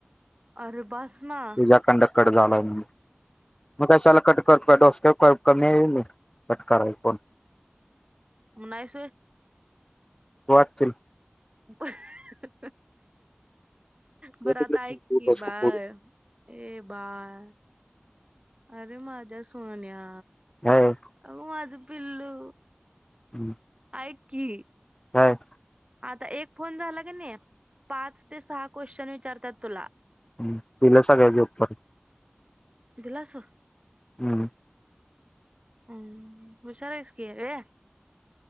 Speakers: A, on the right; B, on the left.
A: अरे बस ना
B: तुझ्याकडन कट झालाय म्हणून मग कशाला कट करतो डोसक्य काय कमी हाय व्हय मी कट कराय फोन
A: म नायस होय.
B: वाटतील.
A: <unintelligible> बरं
B: ये तिकडं
A: आता ऐक की
B: डोसकं
A: बाय
B: फोडीन.
A: ए बाय अर माझ्या सोन्या
B: काय
A: अग माझं पिल्लू
B: हम्म
A: ऐक की
B: काय?
A: आता एक फोन झाला की नाही. पाच ते सहा क्वेश्चन विचारतात तुला
B: हम्मं दिलं सगळ्या ज उत्तर
A: दिलास
B: हम्म
A: हम्म विचारायस की रे